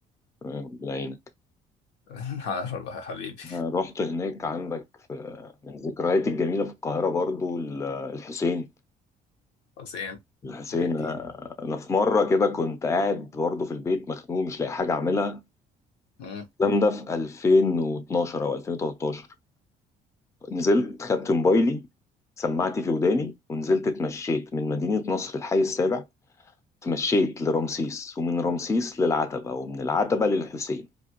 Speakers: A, on the left; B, on the left.
A: تمام، ربنا يعينك
B: <laughs> على الله يا حبيبي
A: أنا رحت هناك عندك في من ذكرياتي الجميله في القاهره برضو ال- الحسين
B: حسين
A: الحسين
B: اكيد
A: آه، انا في مره كده كنت قاعد برضو في البيت مخنوق مش لاقي حاجه اعملها
B: مم.
A: الكلام ده في 2012 او 2013 نزلت خدت موبايلي سماعتي في وداني ونزلت اتمشيت من مدينه نصر الحي السابع تمشيت لرمسيس ومن رمسيس للعتبة ومن العتبة للحسين